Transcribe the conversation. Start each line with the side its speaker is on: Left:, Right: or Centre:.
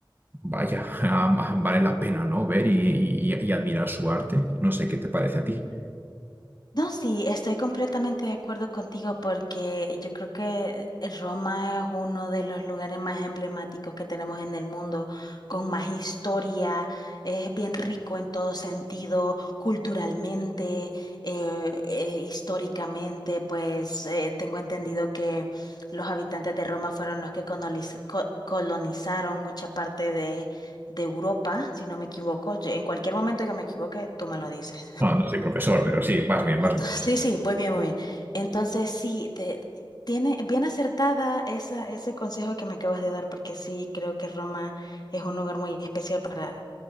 Right: Vaya, <laughs> ah, vale la pena, ¿no? Ver y, y- y admirar su arte. No sé qué te parece a ti.
Left: No, sí, estoy completamente de acuerdo contigo porque yo creo que Roma es uno de los lugares más emblemáticos que tenemos en el mundo, con más historia, es bien rico en todo sentido, culturalmente, eh, eh, históricamente, pues eh, tengo entendido que los habitantes de Roma fueron los que coloniz- co- colonizaron mucha parte de, de Europa, si no me equivoco. En cualquier momento que me equivoque, tú me lo dices.
Right: Bueno, no soy profesor, pero sí, vas bien, vas
Left: Entonces,
Right: bien.
Left: sí, sí, muy bien, muy bien. Entonces, sí, te- tiene bien acertada esa, ese consejo que me acabas de dar, porque sí, creo que Roma es un lugar muy especial para,